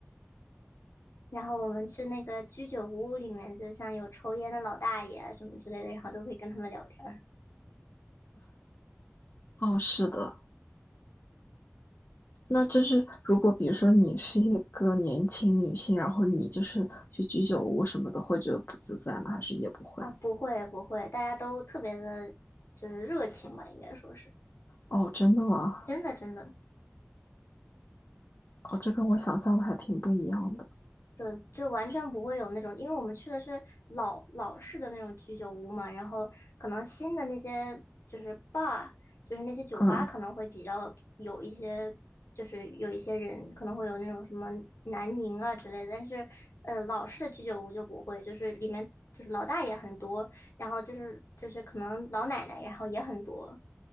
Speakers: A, on the left; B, on the left.
A: 然后我们去那个居酒屋里面，就像有抽烟的老大爷啊什么之类的，然后都可以跟他们聊天儿。
B: 哦，是的，那就是如果比如说你是一个年轻女性，然后你就是去居酒屋什么的，会觉得不自在吗？还是也不会？
A: 啊，不会不会，大家都特别的，就是热情吧，应该说是
B: 哦，真的吗？
A: 真的真的。
B: 哦，这跟我想象的还挺不一样的。
A: 对，就完全不会有那种，因为我们去的是老老式的那种居酒屋嘛，然后可能新的那些就是 bar，就是那些酒吧可能会比较有一些，
B: 嗯
A: 就是有一些人可能会有那种什么南宁啊之类的，但是呃老式的居酒屋就不会，就是里面就是老大爷很多，然后就是就是可能老奶奶，然后也很多，